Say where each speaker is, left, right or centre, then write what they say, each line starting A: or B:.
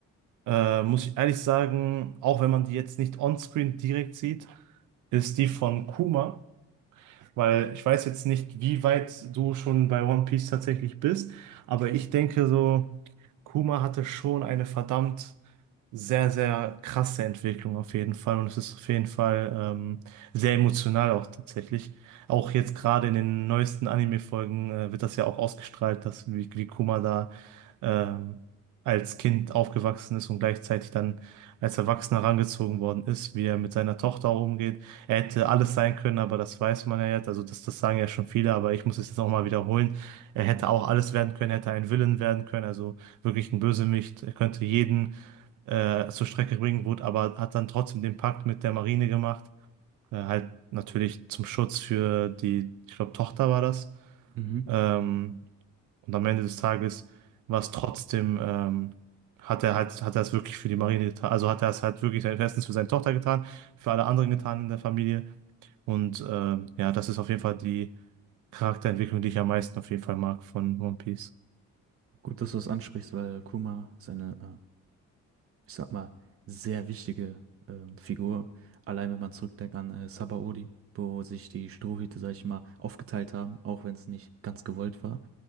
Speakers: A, on the right; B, on the right.
A: äh, muss ich ehrlich sagen, auch wenn man die jetzt nicht onscreen direkt sieht, ist die von Kuma. Weil ich weiß jetzt nicht, wie weit du schon bei One Piece tatsächlich bist, aber ich denke so, Kuma hatte schon eine verdammt sehr, sehr krasse Entwicklung auf jeden Fall. Und es ist auf jeden Fall ähm, sehr emotional auch tatsächlich. Auch jetzt gerade in den neuesten Anime-Folgen äh, wird das ja auch ausgestrahlt, dass wie, wie Kuma da ähm, als Kind aufgewachsen ist und gleichzeitig dann als Erwachsener herangezogen worden ist, wie er mit seiner Tochter auch umgeht hätte alles sein können, aber das weiß man ja jetzt. Also das, das sagen ja schon viele, aber ich muss es jetzt auch mal wiederholen. Er hätte auch alles werden können, hätte ein Villain werden können, also wirklich ein Bösewicht. Er könnte jeden äh, zur Strecke bringen, wurde, aber hat dann trotzdem den Pakt mit der Marine gemacht. Äh, halt natürlich zum Schutz für die, ich glaube, Tochter war das.
B: Mhm.
A: Ähm, und am Ende des Tages war es trotzdem, ähm, hat er halt, hat er es wirklich für die Marine getan. Also hat er es halt wirklich sein- erstens für seine Tochter getan, für alle anderen getan in der Familie. Und äh, ja, das ist auf jeden Fall die Charakterentwicklung, die ich am meisten auf jeden Fall mag von One Piece.
B: Gut, dass du das ansprichst, weil Kuma ist eine äh, ich sag mal, sehr wichtige ähm, Figur. Allein wenn man zurückdenkt an äh, Sabaody, wo sich die Strohhüte, sag ich mal, aufgeteilt haben, auch wenn es nicht ganz gewollt war.